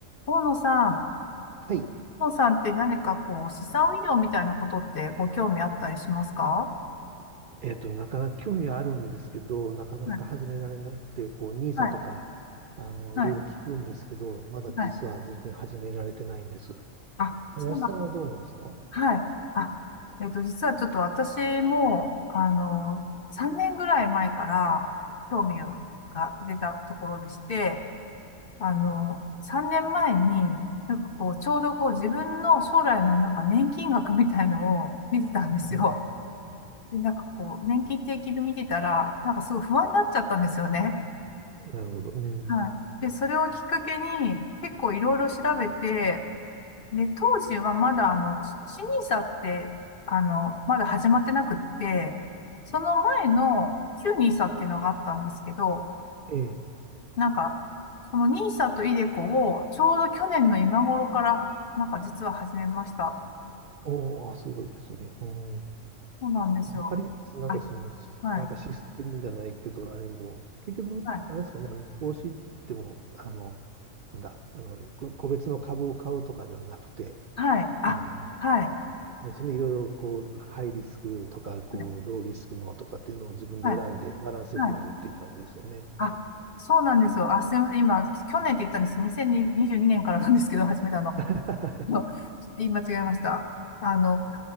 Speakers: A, on the left; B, on the right.
A: 大野さん、
B: はい。
A: 大野さんって何かこう、資産運用みたいなことってご興味あったりしますか
B: えっと、なかなか興味はあるんですけど、なかなか始められなくて、
A: はい、
B: こう、NISA
A: はい、
B: とか、あの、
A: はい、
B: いろいろ聞くんですけど、まだ実は全然始められてないんです。
A: はい。あ、
B: 林さんはどうなんですか
A: そうなんですはい。あ、えっと、実はちょっと私も、あの、3年ぐらい前から興味が出たところでして、あの、3年前に、なんかこう、ちょうどこう、自分の将来のなんか年金額みたいのを見てたんですよ。
B: うん、
A: で、なんかこう、年金定期で見てたら、なんかすごい不安になっちゃったんですよね。
B: なるほど。うん。
A: はい。で、それをきっかけに、結構いろいろ調べて、で、当時はまだ、あの、し n i って、あの、まだ始まってなくって、その前の旧ニーサっていうのがあったんですけど、
B: ええ。
A: なんか、そのニーサとイデコを、ちょうど去年の今頃から、なんか実は始めました。
B: おーあ、すごいですね。うん。
A: そうなんですよ。
B: わかります。なんかその、
A: あ、
B: しなんかシステムじゃないけど、
A: はい。
B: あれも、結局、
A: はい。
B: あれですかね、あの、投資っても、あの、なんだ、あの、こ個別の株を買うとかではなくて、
A: はい。あ、
B: あの、
A: はい。
B: あれですね、いろいろこう、ハイリスクとか、こう、
A: はい。
B: ローリスクのとかっていうのを自分で選んでバランスよくやるっていう感じですよね。
A: はい。はい。あ、そうなんですよ。あ、すみません。今、去年って言ったんです。2022年からなんですけど、始めたの。
B: <laughs> はい。
A: <laughs> のちょっと言い間違えました。あの、